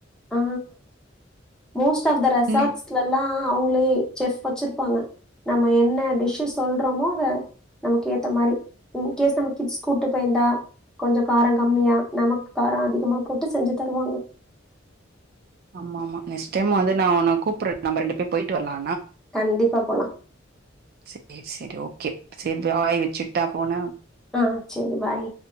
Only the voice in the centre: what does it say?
ஆ மோஸ்ட் ஆஃப் த ரெசாட்ஸ்லல்லா
அவுங்களே செஃப் வச்சிர் பாங்க நம்ம என்ன டிஷ்ஷு சொல்றோமோ அத நமக்கு ஏத்த மாரி இன்கேஸ் நம்ம கிட்ஸ் கூட்டு போயிந்தா கொஞ்சொ காரங் கம்மியா நமக்கு காரொ அதிகமா போட்டு செஞ்சு தருவாங்க
கண்டிப்பா போலா <inaudible>
ஆ சரி பாய்